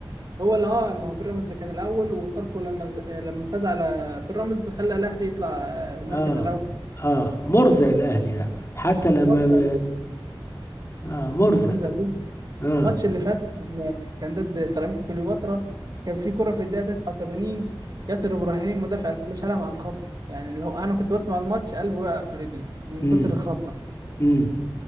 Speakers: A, on the right (about 45°); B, on the left (about 30°).
A: هو اللي اه ما هو بيراميدز كان الاول وفاركو لما لما فاز على بيراميدز خلى الاهلي يطلع المركز
B: اه
A: الاول
B: اه مرزق الاهلي ده حتى لما
A: مرزق
B: ب... آه مرزق
A: مرزق جدا
B: اه
A: الماتش اللي فات كان كان ضد سيراميكا كليوباترا كان في كرة في الدقيقة 89 ياسر ابراهيم مدافع الاهلي شالها مع الخط يعني اللي هو انا كنت بسمع الماتش قلبي وقع في رجلي من
B: امم
A: كتر الخضة
B: امم